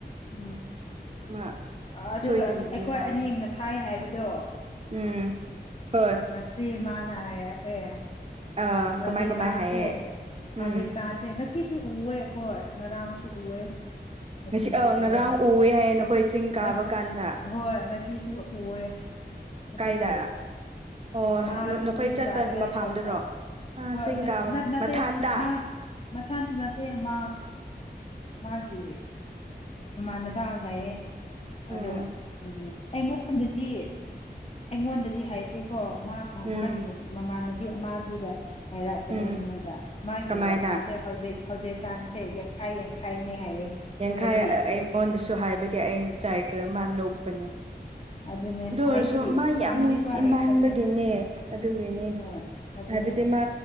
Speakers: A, on the left; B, on the right.
A: ꯎꯝ
B: ꯃꯥ
A: ꯑꯗꯨꯒ
B: ꯁꯣꯏꯗꯅꯗꯤ
A: ꯑꯩꯈꯣꯏ
B: ꯂꯥꯛ
A: ꯑꯅꯤ ꯉꯁꯥꯏ ꯍꯥꯏꯕꯗꯣ
B: ꯎꯝ ꯍꯣꯏ
A: ꯉꯁꯤ ꯃꯥꯅ ꯍꯥꯏꯔꯛꯑꯦ
B: ꯑꯥ
A: ꯍꯧꯖꯤꯛꯀꯥꯟꯁꯦ
B: ꯀꯃꯥꯏ ꯀꯃꯥꯏ ꯍꯥꯏꯌꯦ
A: ꯍꯧꯖꯤꯛꯀꯥꯟꯁꯤꯦ
B: ꯎꯝ
A: ꯁꯁꯦ ꯉꯁꯤꯁꯨ ꯎꯋꯦ ꯑꯩꯈꯣꯏ ꯉꯔꯥꯡꯁꯨ ꯎꯋꯦ ꯉꯁꯤꯁꯨ
B: ꯉꯁꯤ ꯑ ꯉꯔꯥꯡ
A: ꯑꯣꯏ
B: ꯎꯑꯦ ꯍꯥꯏꯌꯦ ꯅꯈꯣꯏ ꯆꯤꯡ ꯀꯥꯕ
A: ꯉꯁꯤ
B: ꯀꯥꯟꯗ
A: ꯍꯣꯏ ꯉꯁꯤꯁꯨ ꯑꯣꯏꯌꯦ ꯑꯗꯨꯒꯤ
B: ꯀꯥꯏꯗ ꯑꯣ
A: ꯃꯥ
B: ꯅꯈꯣꯏ
A: ꯆꯦꯡ
B: ꯆꯠꯄ
A: ꯀꯥꯅꯤꯡꯉꯥꯏ
B: ꯃꯐꯝꯗꯨꯔꯣ
A: ꯊꯣꯛꯄ
B: ꯑ
A: ꯍꯣꯏ
B: ꯆꯤꯡ ꯀꯥꯕ
A: ꯅꯦ
B: ꯃꯊꯥꯟꯇ
A: ꯃꯥ ꯃꯊꯪꯗ ꯅꯠꯇꯦ ꯃꯥ ꯃꯥꯒꯤ ꯃꯃꯥꯟꯅꯕ ꯑꯃ ꯂꯩꯌꯦꯦ
B: ꯎꯝ
A: ꯑꯗꯣ ꯎꯝ ꯑꯩꯉꯣꯟ ꯑꯩꯉꯣꯟꯗꯗꯤ ꯑꯩꯉꯣꯟꯗꯗꯤ ꯍꯥꯏꯗꯦꯀꯣ ꯃꯥꯅ
B: ꯎꯝ
A: ꯃꯥꯒꯤ ꯃꯃꯥꯟꯅꯕꯤ ꯑꯃꯗꯨꯒ ꯍꯥꯏꯔꯛꯄꯅꯦ
B: ꯎꯝ
A: ꯑꯩꯉꯣꯟꯗ ꯃꯥꯒꯤ
B: ꯀꯃꯥꯏꯅ
A: ꯋꯥꯈꯜꯁꯦ ꯍꯧꯖꯤꯛ ꯍꯧꯖꯤꯛꯀꯥꯟꯁꯦ ꯌꯥꯡꯈꯥꯏ ꯈꯥꯏꯅꯤ ꯍꯥꯏꯌꯦ
B: ꯌꯥꯡꯈꯩ
A: ꯍꯥꯏꯗꯤ
B: ꯑꯩ ꯑꯩꯉꯣꯟꯗꯁꯨ ꯍꯥꯏꯕꯒꯤ ꯑꯩꯅ ꯆꯥꯏꯈ꯭ꯔꯦ ꯃꯥ ꯅꯣꯛꯄꯅꯦ
A: ꯑꯗꯨꯅꯦ
B: ꯗꯨ ꯑꯣꯏꯔꯁꯨ
A: ꯑꯩꯗꯤ
B: ꯃꯥ
A: ꯄꯥꯝꯗꯦꯀꯣ
B: ꯌꯥꯝ ꯅꯨꯡꯁꯤ
A: ꯍꯥꯏꯈ꯭ꯔꯕꯅꯦ
B: ꯃꯥꯟꯕꯒꯤꯅꯦ ꯑꯗꯨꯒꯤꯅꯦ
A: ꯍꯣꯏ ꯑꯗꯨꯅꯦ
B: ꯍꯥꯏꯕꯗꯤ ꯃꯥ